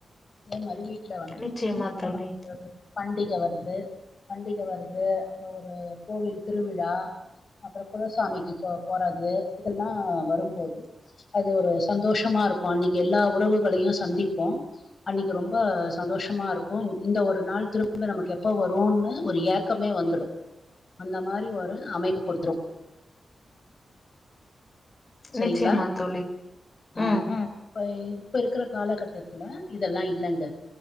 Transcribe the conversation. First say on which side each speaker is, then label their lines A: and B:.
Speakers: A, on the left; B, on the left.
A: மாிஇ வீட்ல வந்து
B: நிச்சயமா
A: இப்ப
B: தோழி
A: பண்டிகை வருது பண்டிகை வருது அப்புறம் ஒரு கோவில் திருவிழா அப்புறம் குலசாமிக்கு போ போறது இதெல்லாம் வரும்போது அது ஒரு சந்தோஷமா இருக்கும் அன்னிக்கு எல்லா உறவுக்கும் களையும் சந்திப்போம் அன்னிக்கு ரொம்ப சந்தோஷமா இருக்கும் இந்த ஒரு நாள் திரும்ப நமக்கு எப்ப வரும்னு ஒரு ஏக்கமே வந்துடும் அந்த மாதிரி ஒரு அமைப்பு கொடுத்துரும் சரிங்களா
B: நிச்சயமா தோழி
A: அஹ்
B: ம்
A: உஹ் இப்ப இப்ப இருக்கிற காலகட்டத்துல இதெல்லாம் இல்லங்க